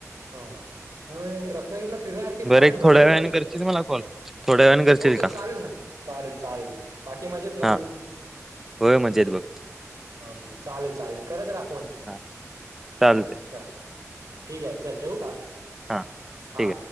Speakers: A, on the right; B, in the centre.
A: हा त्यामुळे रत्नागिरीला फिरणार की
B: बरं
A: पॉइंट
B: एक
A: भरपूर
B: थोड्या वेळाने
A: आहेत.
B: करशील मला कॉल थोड्या वेळाने घरचे
A: ओके
B: येईल का?
A: चालेल ना चालेल चालेल. बाकी मजेत ना
B: हा
A: तू
B: होय म्हजेत बघ
A: ओके चालेल, चालेल करत रहा फोन
B: हा चालतंय
A: चाल. ठीक आहे चल ठेवू का?
B: हा ठीक
A: हा.
B: आहे